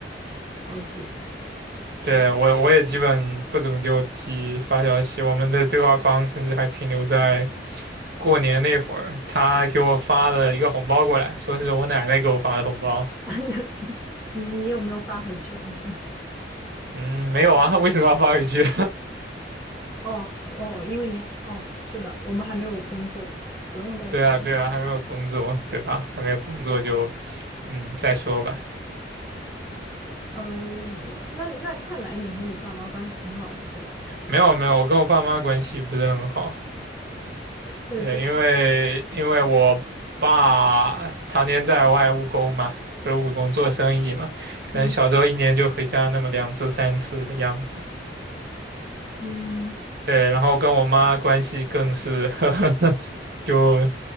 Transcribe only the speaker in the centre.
消息。是，
<laughs> 你你有没有发回去？是，
哦哦，因为你哦，是的，我们还没有工作，不用再不用。
嗯、那那看来你和你爸妈关系挺好的，对吧？
这这，
嗯嗯